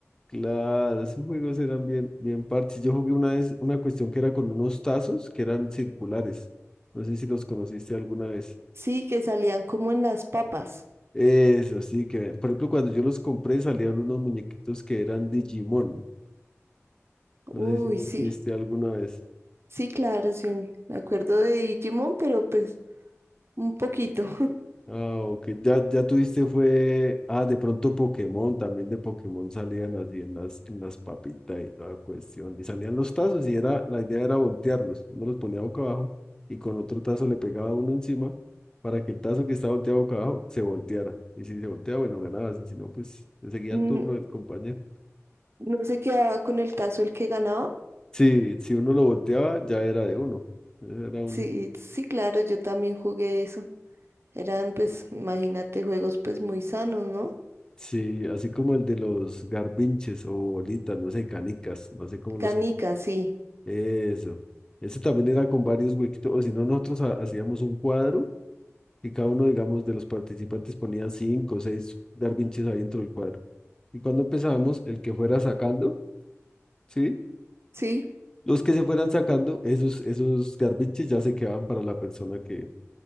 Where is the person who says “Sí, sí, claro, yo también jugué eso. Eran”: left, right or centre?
Right